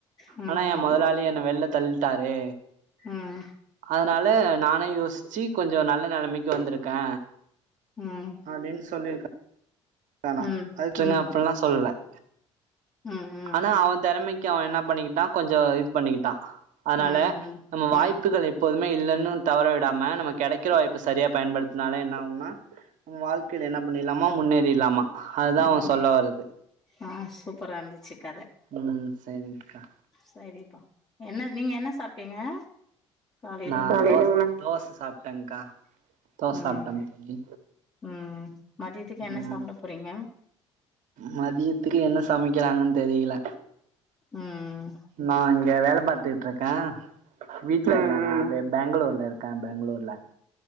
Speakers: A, on the left; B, on the right.
A: ம்
B: ஆனா
A: ஆமா
B: என் முதலாளி என்ன வெள்ளத் தள்ட்டாரு
A: ம்
B: அதனால நானே யோசிச்சு கொஞ்சோ நல்ல நெலமைக்கி வந்துருக்கே
A: ம்
B: அப்புடின்னு சொல்லிருக்கு வேணா
A: ம் ம்
B: அதுட்ருங்க
A: ம்
B: அப்புட்ல்லா சொல்ல ஆ
A: ம்
B: ஆனா
A: ம்
B: அவ தெறமைக்கு அவ என்னா பண்ணிக்கிட்டா கொஞ்சோ இது பண்ணிக்கிட்டா அதனால
A: ம்
B: நம்ம வாய்ப்புகள்
A: ம்
B: எப்போ மே இல்லன்னு தவற விடாம நம்ம கெடைக் க்கே வாய்ப்பு சரியா பயன்படுத்துனாலே என்ன ஆகும்னா நம்ம வாழ்க்கையில என்ன முன்னில்லாமா இல்லாமா முன்னேறி இல்லாமா அதுதா
A: ஆமா
B: அவன் சொல்ல வரது
A: ஆ சூப்பரா இருந்துச்சு கத
B: ம் சரிங்க்கா
A: சரிப்பா என்ன நீங்க என்ன சாப்ட்டீங்க காலையில
B: நா
A: உணவு
B: தோஸ் தோச சாப்ட்டேங்க்கா தோச
A: ம்
B: சாப்ட்டேங் தோழி
A: ம் மதியத்துக்கு என்ன
B: ம்
A: சாப்புட போறீங்க
B: மதியத்துக்கு என்ன ஸ் சமைக்கிறாங்கன்னு தெரியில
A: ம்
B: நா இங்க வேல பாத் ட்டுருக்கக்கா வீட்ல ம் பெங்களூர்ல இருக்கேன் பெங்களூர்ல